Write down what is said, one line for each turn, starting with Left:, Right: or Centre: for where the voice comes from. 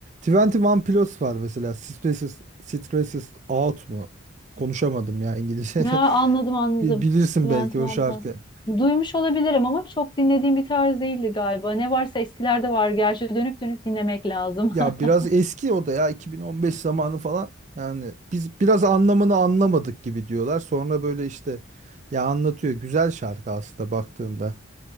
Right: 21 Pilots var mesela. Stresses, Stresses Out mu? Konuşamadım ya İngilizce.
Left: Ya anladım
Right: <laughs>
Left: anladım.
Right: Bil- Bilirsin
Left: Twenty
Right: belki o
Left: One
Right: şarkı.
Left: Pilots. Duymuş olabilirim ama çok dinlediğim bir tarz değildi galiba. Ne varsa eskilerde var. Gerçi dönüp dönüp dinlemek lazım.
Right: Ya biraz
Left: <laughs>
Right: eski o da ya 2015 zamanı falan. Yani biz biraz anlamını anlamadık gibi diyorlar. Sonra böyle işte ya anlatıyor. Güzel şarkı aslında baktığında.